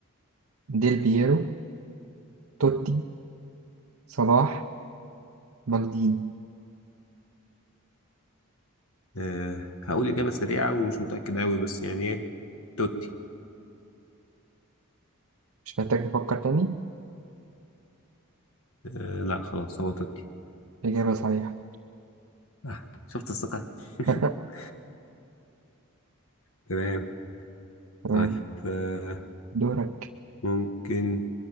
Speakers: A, on the right (about 75°); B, on the left (about 70°).
A: ديل بييرو توتي صلاح مالديني
B: آه، هقول إجابة سريعة ومش متأكد أوي بس يعني إيه توتي
A: مش محتاج تفكر تاني
B: آه، لا خلاص هو توتي
A: إجابة صحيحة
B: آه، شفت الثقة <laughs>
A: <laughs>
B: تمام
A: تمام
B: طيب آه،
A: دورك
B: ممكن